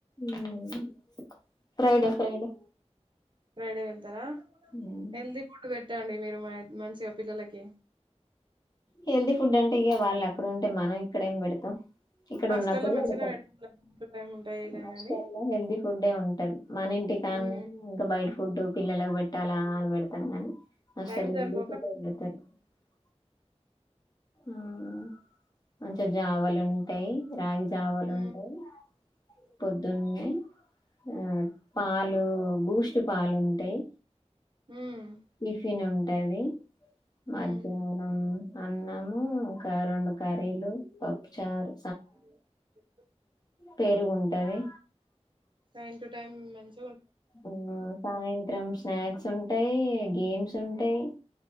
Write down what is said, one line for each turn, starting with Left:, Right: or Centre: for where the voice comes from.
Left: మ్మ్ ఫ్రైడే ఫ్రైడే
Right: ఫ్రైడే వెళ్తారా
Left: మ్మ్
Right: హెల్తీ ఫుడ్ పెట్టండి మీరు మ మంచిగా పిల్లలకి
Left: హెల్దీ ఫుడ్ అంటే ఇగ వాళ్ళు అక్కడ ఉంటే మనం ఇక్కడ ఏం పెడతం ఇక్కడ
Right: హాస్టల్లో
Left: ఉన్నప్పుడు
Right: మంచిగానే
Left: పెడతం
Right: పెడతారు టైం ఉంటాయిలే
Left: హాస్టల్లో
Right: గాని
Left: హెల్తీ ఫుడే ఉంటది. మన ఇంటి ఇంటికాన్నే
Right: మ్మ్
Left: ఇంక బయట ఫుడ్డు పిల్లలకు పెట్టాలా పెడతం కనీ అసలు
Right: టైం
Left: <unintelligible>
Right: సరిపోక
Left: ఆహా మంచి జావలుంటయి రాగి జవలుంటయి
Right: ఉమ్
Left: పొద్దున్నే ఆ పాలు బూస్ట్ పాలుంటయి.
Right: ఉమ్
Left: టిఫిన్ ఉంటది మధ్యాహ్నం
Right: ఉమ్
Left: అన్నము, ఒక రెండు కర్రీలు, పప్పుచారు
Right: అ
Left: పేరుగుంటది.
Right: టైమ్ టు టైమ్ మంచి
Left: ఉమ్ సాయంత్రంస్ స్నాక్స్ ఉంటాయి, గేమ్స్ ఉంటాయి